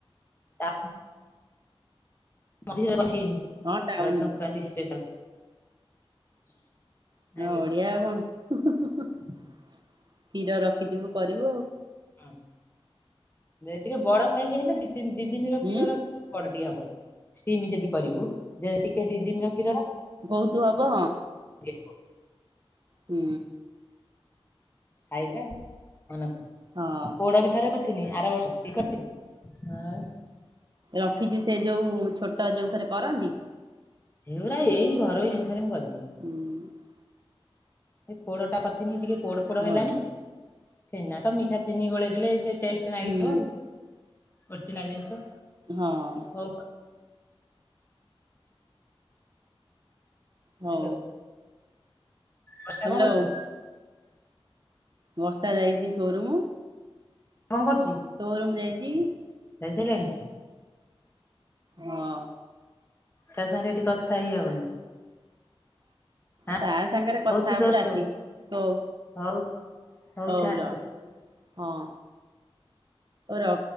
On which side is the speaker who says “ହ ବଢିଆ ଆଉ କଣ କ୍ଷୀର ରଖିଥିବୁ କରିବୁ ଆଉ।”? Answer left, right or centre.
Right